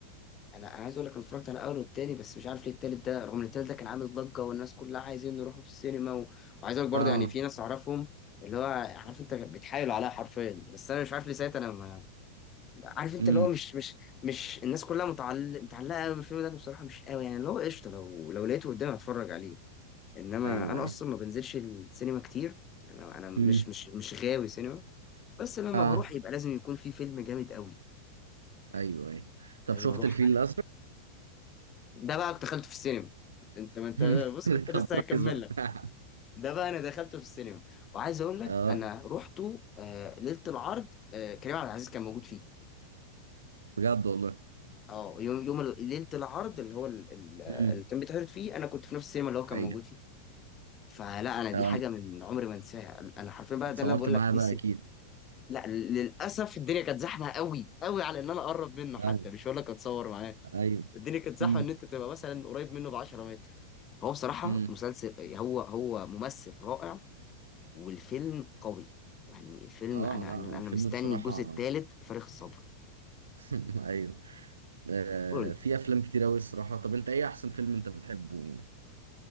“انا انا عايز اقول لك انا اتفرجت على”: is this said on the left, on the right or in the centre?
Left